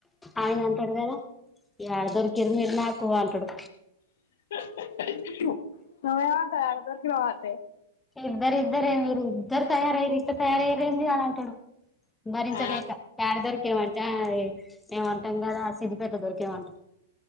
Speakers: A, in the centre; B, on the left (about 55°).
A: ఆయన అంటడు గాని యాడ దొరికిర్రు మీర్ నాకు కు అంటడు
B: <inaudible> మేం అంటం యాడ దొరికినవ్ అని
A: ఇద్దరు ఇద్దరే మీరు ఇద్దరు తయారయిర్రు ఇద్దరు తయారయిరెంది అని అంటడు భరించకలేక
B: ఆ
A: యాడ దొరికిరమంటే ఏమంటాం కదా సిద్ధిపేట దొరి కిం అంట